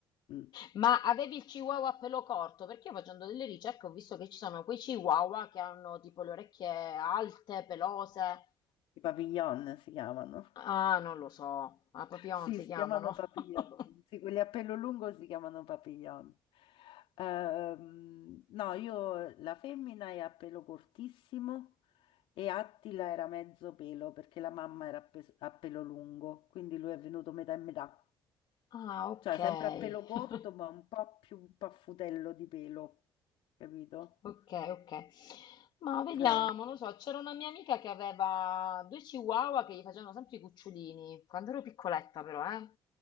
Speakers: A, on the left (about 85°); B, on the left (about 55°).
A: mm.
B: Ma avevi il chihuahua a pelo corto? Perché io facendo delle ricerche ho visto che ci sono quei chihuahua che hanno tipo le orecchie alte, pelose.
A: I papillon si chiamano.
B: Ah, non lo so, a Papillon
A: Sì,
B: si
A: si
B: chiamano.
A: chiamano papillon.
B: <laughs>
A: Sì, quelli a pelo lungo si chiamano papillon. Ehm, no, io la femmina è a pelo cortissimo e Attila era mezzo pelo perché la mamma era a, pe- a pelo lungo, quindi lui è venuto metà e metà.
B: Ah, ok,
A: Cioè, sempre
B: <laughs>
A: a pelo corto, ma un po' più paffutello di pelo, capito?
B: ok, ok. Ma vediamo,
A: Eh,
B: non so, c'era una mia amica che aveva due chihuahua che gli facevano sempre i cucciolini, quando ero piccoletta però, eh.